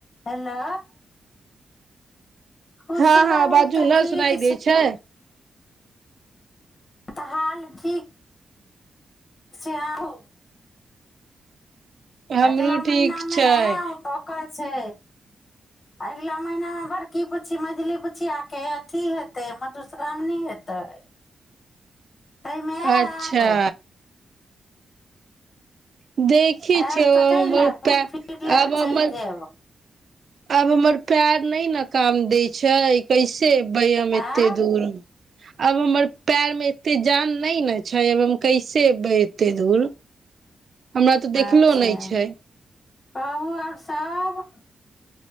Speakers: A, on the left (about 35°); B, on the right (about 55°).
A: हेलो खुश
B: हँ हँ
A: रहू
B: बाजू
A: तऽ
B: न
A: ठीक
B: सुनाई दे छै
A: तऽ हाल ठीक से आू
B: हमरो
A: अगला महिना
B: ठीक
A: मे
B: छै
A: है ओकर छै अगिला महिनामे बड़की बु्छी मझली बुछिआकेऽ अथी हेतै मधुश्राावणी हेतै एहिमे आब
B: अच्छा ह देखी
A: आयब
B: छैिय हमर
A: तऽ चलि आयब घुमि फिर लेब
B: आब
A: चलि
B: हमर
A: जायब
B: आब हमर पैर नहि न काम दै छै कैसे अयबैय हम एते
A: आ
B: दूर आब हमर पैर मे एते जान नहि ने छै अब हम कैसे एबै एतेक दूर हमरा तऽ देखलो
A: अच्छा
B: नहि छै
A: कहू आओर सभ